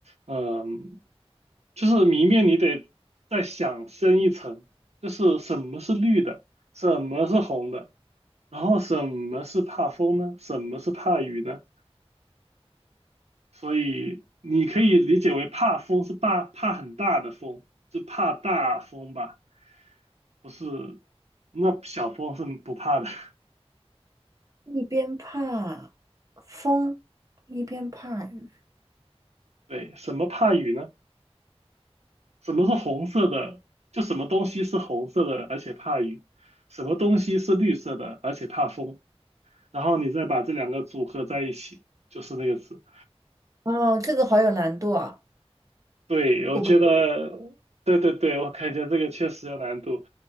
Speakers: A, on the right (about 80°); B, on the right (about 30°).
A: 嗯，就是谜面你得再想深一层，就是什么是绿的，什么是红的，然后什么是怕风呢？什么是怕雨呢？所以你可以理解为怕风是怕怕很大的风，就怕大风吧，不是，那小风是不怕的。<laughs>
B: 一边怕风，一边怕雨。
A: 对，什么怕雨呢？什么是红色的？就什么东西是红色的，而且怕雨；什么东西是绿色的，而且怕风。然后你再把这两个组合在一起，就是那个字。
B: 哦，这个好有难度啊！
A: 对，我觉得，
B: 我不，
A: 对对对，我感觉这个确实有难度。